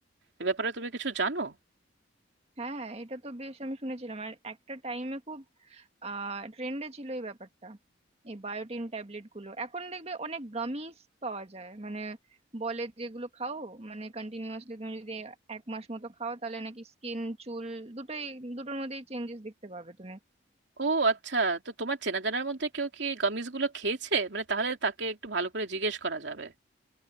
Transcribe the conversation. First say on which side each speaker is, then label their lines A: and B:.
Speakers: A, on the right; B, on the right.
A: এ ব্যাপারে তুমি কিছু জানো
B: হ্যাঁ এটা তো বেশ আমি শুনেছিলাম আর একটা টাইমে খুব আহ ট্রেন্ডে ছিল এই ব্যাপারটা এই বায়োটিন ট্যাবলেট গুলো এখন দেখবে অনেক গামিজ পাওয়া যায় মানে বলে যেগুলো খাও মানে কন্টিনিউয়াসলি তুমি যদি এক মাস মতো খাও তাহলে নাকি স্কিন চুল দুটোই দুটোর মধ্যেই চেঞ্জেস দেখতে পাবে তুমি
A: ও আচ্ছা তো তোমার চেনা জানার মধ্যে কেউ কি গামিজ গুলো খেয়েছে মানে তাহলে তাকে একটু ভালো করে জিজ্ঞেস করা যাবে